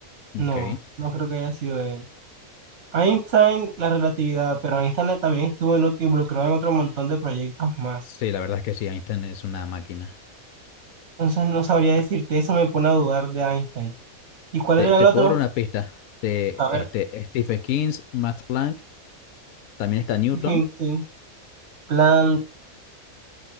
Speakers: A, on the right; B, on the left.
A: no,
B: Ok.
A: no creo que haya sido él. Einstein, la relatividad, pero Einstein también estuvo en ot- involucrado en otro montón de proyectos más.
B: Sí, la verdad es que sí, Einstein es una máquina.
A: Entonces, no sabría decirte, eso me pone a dudar de Einstein. ¿Y cuál
B: Te,
A: era
B: te
A: el otro?
B: puedo dar una pista. De
A: A
B: este,
A: ver,
B: Stephen King, Max Planck, también está Newton.
A: thinking, Plan,